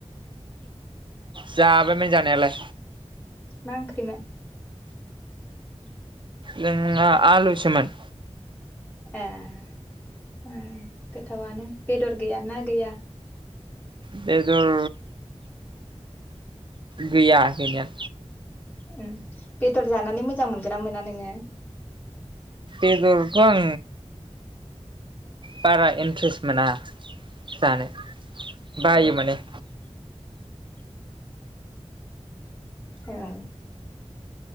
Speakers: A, on the right; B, on the left.
A: जाबायमोन जानायालाय।
B: मा ओंख्रिमोन?
A: जोना आलुसोमोन।
B: ए गोथावनो बेदर गैय ना गैया?
A: बेदर गैया गैनाया।
B: उम बेदर जानानै मोजां मोनगोन ना मोना नोङो?
A: बेदरखौ आं बारा इन्ट्रेस्ट मोना। जानो बायो माने।
B: ओम।